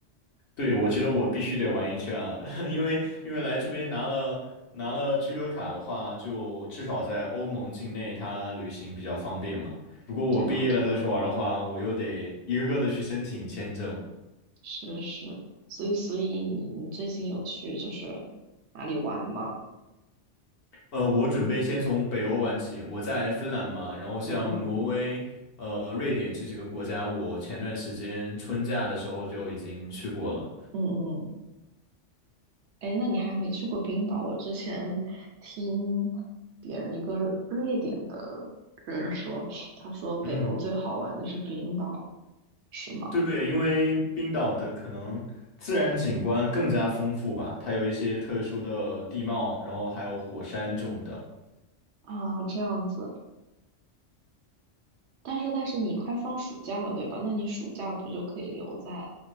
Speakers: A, on the left (about 60°); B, on the right (about 70°).
A: 对，我觉得我必须得玩一圈啊，<laughs> 因为因为来这边拿了拿了居留卡的话，就至少在欧盟境内，它旅行比较方便嘛。如果我毕业了再去玩的话，
B: 对啊，对啊，
A: 我又得一个个的去申请签证。
B: 是是。所以所以你你最近有去就是哪里玩吗？
A: 呃，我准备先从北欧玩起，我在芬兰嘛，然后像挪威、
B: 嗯嗯
A: 呃、瑞典这几个国家，我前段时间春假的时候就已经去过了。
B: 嗯嗯。哎，诶那你还没去过冰岛？我之前听别人一个瑞典的人说，他说北欧最好玩的是冰岛，
A: 嗯，
B: 是吗？
A: 对，因为冰岛的可能自然景观更加丰富吧，它有一些特殊的地貌，然后还有火山这种的。
B: 啊，这样子。但是但是你快放暑假了，对吧？那你暑假不就可以留在